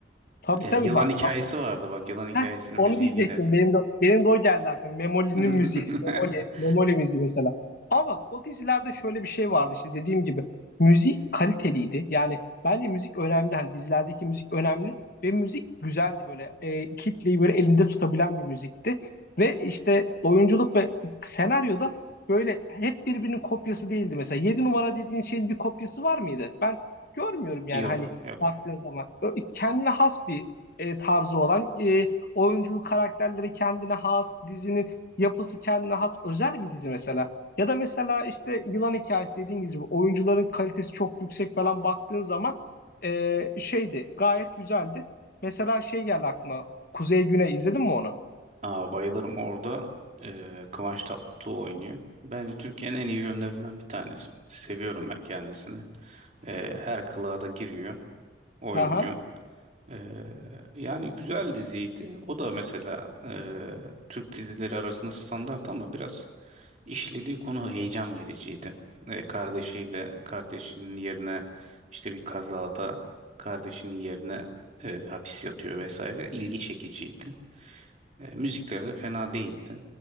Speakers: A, on the left; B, on the right.
A: Tabii
B: Ee,
A: tabii
B: yılan
A: bak
B: hikayesi
A: a-
B: vardı bak yılan hikayesinin
A: Heh, onu
B: müziği
A: diyecektim.
B: gelirdi.
A: Benim de benim de o geldi aklıma. Memoli'nin
B: <laughs>
A: müziği. Memoli, Memoli müziği mesela. Ama bak o dizilerde şöyle bir şey vardı işte dediğim gibi. Müzik kaliteliydi. Yani bence müzik önemli. Hani dizilerdeki müzik önemli ve müzik güzeldi böyle. E, kitleyi böyle elinde tutabilen bir müzikti. Ve işte oyunculuk ve senaryoda böyle hep birbirinin kopyası değildi mesela. Yedi numara dediğin şeyin bir kopyası var mıydı? Ben görmüyorum yani
B: Yok,
A: hani
B: yok.
A: baktığın zaman Ö- kendine has bir e, tarzı olan e, Oyunculuk karakterleri kendine has, dizinin yapısı kendine has özel bir dizi mesela. Ya da mesela işte Yılan Hikayesi dediğiniz gibi oyuncuların kalitesi çok yüksek falan baktığın zaman e, şeydi gayet güzeldi. Mesela şey geldi aklıma Kuzey Güney izledin mi onu?
B: Aa, bayılırım orada. eee Kıvanç Tatlıtuğ oynuyor. Bence Türkiye'nin en iyi yönlerinden bir tanesi. Seviyorum ben kendisini. Eee, her kılığa da giriyor, oynuyor.
A: Aha.
B: Ee, yani güzel diziydi. O da mesela e, Türk dizileri arasında standart ama biraz işlediği konu heyecan vericiydi. E, kardeşiyle kardeşinin yerine işte bir kazada kardeşinin yerine e, hapis yatıyor vesaire. İlgi çekiciydi. E, müzikleri de fena değildi.